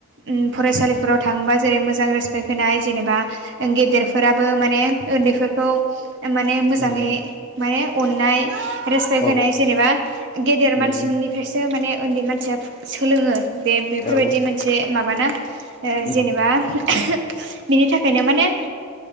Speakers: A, on the right; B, on the left.
A: उम फरायसालि फोराव थाङोबा जेरै मोजां रेसपेक्ट होनाय जेनेबा ओ गेदेरफोराबो माने उन्दैफोरखौ माने मोजाङै
B: उम,
A: माने अननाय रेसपेक्ट
B: औ
A: होनाय जेनेबा गेदेर
B: उम
A: मानसि निफ्रायसो माने उन्दै मानसिया फो सोलोङो बे बेफोरबायदि
B: औ
A: मोनसे माबाना ओ
B: उम
A: जेनेबा <unintelligible> बिनि थाखायनो माने